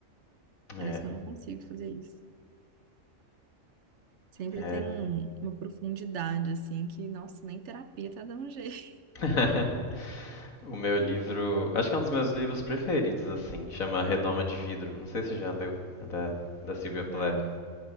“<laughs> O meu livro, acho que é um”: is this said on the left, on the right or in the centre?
Left